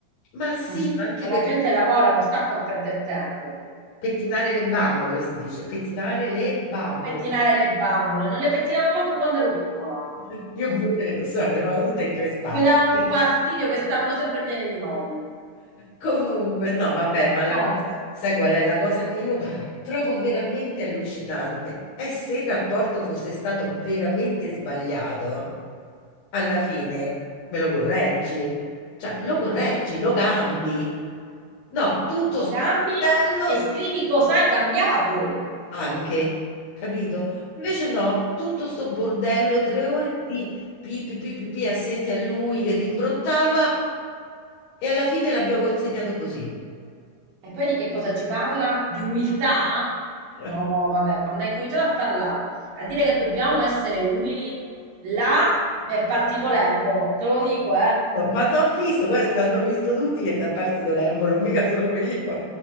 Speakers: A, on the left; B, on the right.
A: Ma sì,
B: Mm.
A: ma anche
B: Che la
A: perché
B: gente lavora, non sta qua a perdere tempo,
A: Pettinare le bambole, si dice, pettinare le bambole.
B: a pettinare le bambole. Non le pettinavo manco quando ero piccola.
A: <laughs> Io
B: Eh.
A: pure, lo so, sono tutta increspata.
B: mi dava un
A: <laughs>
B: fastidio che stavano sempre pieni di nodi.
A: Comunque, no, vabbè, ma la
B: Eh,
A: cosa, sai qual è? La cosa che io trovo veramente allucinante è se il rapporto fosse stato veramente sbagliato, alla fine me lo correggi, cioè lo correggi, lo cambi. No, tutto
B: lo
A: sto
B: cambi
A: bordello
B: e scrivi cosa hai cambiato.
A: anche, capito? Invece no, tutto sto bordello, tre ore di pi, pi, pi, pi, pi, assenti a lui che rimbrottava e alla fine l'abbiamo consegnato così.
B: E poi di che cosa ci parla? Di umiltà?
A: <laughs>
B: No, vabbè, quando hai incominciato a parlare, a dire che dobbiamo essere umili, là mi è partito l'embolo, te lo dico, eh.
A: Ma t'ho visto, guarda, t'hanno visto tutti che ti è partito l'embolo, mica solo io.